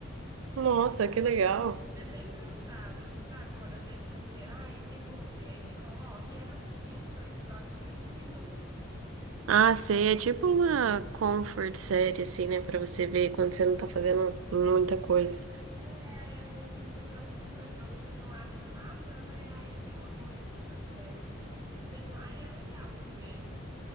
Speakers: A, on the right; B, on the right.
A: Nossa, que legal.
B: É bem engraçado, assim, sabe? Uma- Às vezes quando você, ai, o que que eu vou ver? Aí você coloca e é rapidinho, são episódios de 20 minutos.
A: Ah, sei, é tipo uma comfort série, assim, né? Pra você ver quando você não tá fazendo muita coisa.
B: É, aí às vezes assim, você procura, procura e não acha nada, né? Aí assim, é uma boa, i- assim, aí tem lá e é legal de ver.